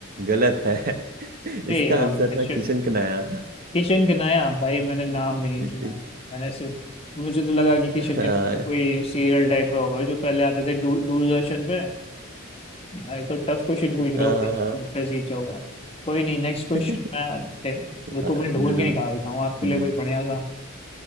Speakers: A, on the right; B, on the left.
A: गलत है <laughs> इसका
B: अरे यार
A: आंसर
B: किशन
A: था किशन कनाया
B: किशन के नया भाई मैंने नाम भी नहीं सुना
A: इस-
B: है मैंने सिर्फ मुझे तो लगा कि किशन
A: हाँ
B: के नाया
A: <laughs>
B: कोई सीरियल टाइप का होगा जो पहले आते थे दूर दूरदर्शन पे यार ये तो टफ क्वेश्चन पूछ
A: हाँ
B: रहे हो
A: हाँ,
B: लगता है जीत जाऊंगा कोई नहीं नेक्स्ट क्वेश्चन
A: <laughs>
B: मैं बुक
A: हाँ,
B: को मैं ढूंढ
A: जरूर
B: के निकालता हूँ आपके
A: हम्म
B: लिए कोई बढ़िया सा